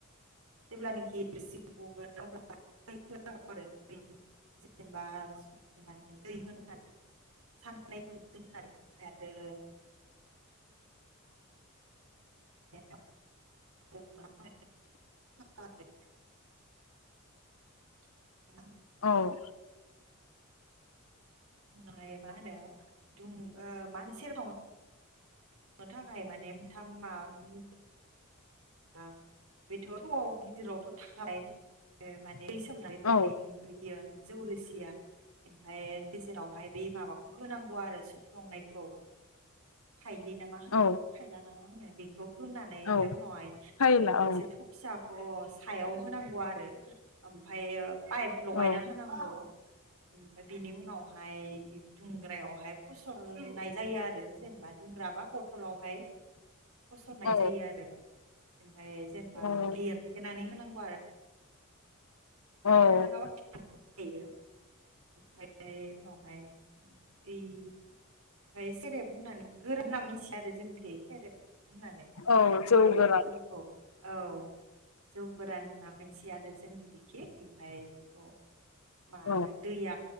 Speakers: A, on the right; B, on the left.
A: जेब्लानाखिसि रोसि गगोन अब्ला <unintelligible> जेनेबा माने दै होनानै साननैफोर दोननानै ओमफ्राय आरो <unintelligible> <unintelligible>
B: औ।
A: दुंनाय मा होनो दुं ओ मा होनो सेरेबखावनो <unintelligible> थाखाय माने <unintelligible> <unintelligible> बेथ' थौआव गिदिरावथ' थाखाबाय <unintelligible> दै सोमनानै
B: औ
A: दोननाय <unintelligible> जौरोसिया ओमफ्राय गेजेरावहाय बे माबाखौ होनांगौ आरो सफ्लंनायखौ। थाइलि ना मा होनो
B: औ
A: थायला नाम <inaudible> बेखौ खोनानै ओमफ्राय
B: औ
A: उनावहाय
B: फायला
A: ओ मोनसे
B: औ
A: थौ फिसा अ' सायाव होनांगौ आरो ओमफ्रायो पाइप लगायना
B: औ
A: होनांगौ ओमफ्राय बिनि उनावहाय दुंग्रायावहाय फसरनाय जायो आरो जेनेबा दुंग्रा बा बथलावहाय फसरनाय
B: औ
A: जायो आरो ओमफ्राय जेनेबा
B: औ
A: लेरथेनानै होनांगौ <unintelligible> <unintelligible>
B: औ
A: ओयो ओमाय उनावहाय ओइ ओमफ्राय सेरेब होननानै गोरोबना मिथिया आरो जोंनिखै सेरेब होननानै
B: औ
A: बेखौ
B: जौ गोरान
A: जौखौ औ जौ गोरान होनना मिथिया आरो जोंनि बे ओमफ्राय बेखौ मा
B: औ
A: होन दैया